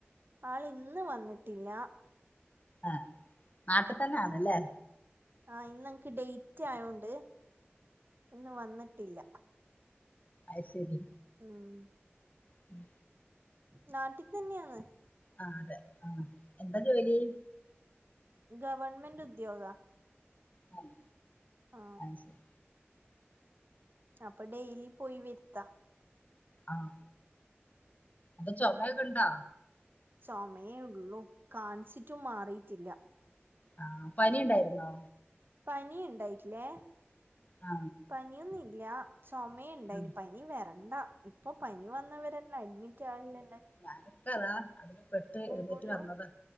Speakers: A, on the right; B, on the left.
A: ആള് ഇന്ന് വന്നിട്ടില്ല
B: ആഹ നാട്ട് തന്നെ ആണ്ലെ?
A: ആഹ ഇന്നൻക്ക് ഡൈറ്റ് ആയോണ്ട് ഇന്ന് വന്നിട്ടില്ല.
B: അഹ് ശരി.
A: ആഹ്
B: മ്
A: നാട്ടി തെന്നെയാണ്.
B: ആ അതെ ആഹ എന്താ ജോലി?
A: ഗവൺമെന്റ് ഉദ്യോഗ.
B: ആഹ
A: ആ
B: അഹ് ശരി.
A: അപ്പൊ ഡെയിലി പോയി വെര്ത്ത.
B: ആഹ പ്പൊ ചൊമയൊക്കെ ണ്ടാ.?
A: ചൊമയേള്ളൂ കാണിച്ചിറ്റും മാറിറ്റില്ല.
B: ആഹ പനി ണ്ടായിരുന്നോ?
A: പനി ഇണ്ടായിട്ട് ലെ.
B: ആ
A: പനിയൊന്നുല്ല ചൊമിയ്ണ്ടെയ്ന്
B: ആ.
A: പനി വേര ണ്ടാ ഇപ്പൊ പനി വന്നവരെല്ലാം അഡ്മിറ്റ് ആവല്ലെ
B: ഞാനൊക്കെ അതാ അതില് പെട്ട് എണീറ്റ്
A: പോലും
B: വന്നതാ.